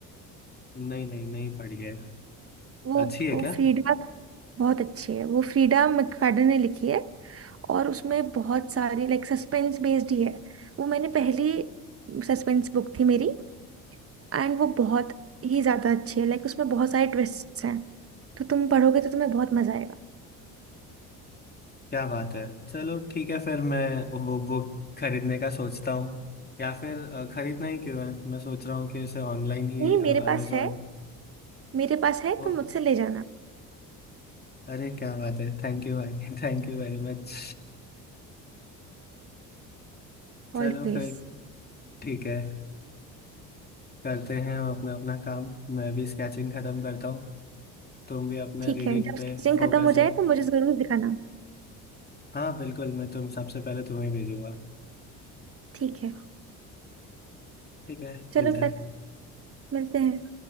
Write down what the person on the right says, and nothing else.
वो
वो
फ्रीडा बहुत अच्छी है वो फ्रीडा मैकफadden ने लिखी है और उसमें बहुत सारी लाइक सस्पेंस बेस्ड ही है वो मैंने पहली सस्पेंस बुक थी मेरी एंड वो बहुत ही ज्यादा अच्छी है लाइक उसमें बहुत सारे ट्विस्ट्स हैं तो तुम पढ़ोगे तो तुम्हें बहुत मजा आएगा
नहीं मेरे
पास है मेरे पास है
तुम मुझसे ले जाना
ऑलवेज
ठीक
है जब
स्केचिंग
खत्म हो
जाए तो मुझे जरूर दिखाना
ठीक है
चलो
फिर
मिलते हैं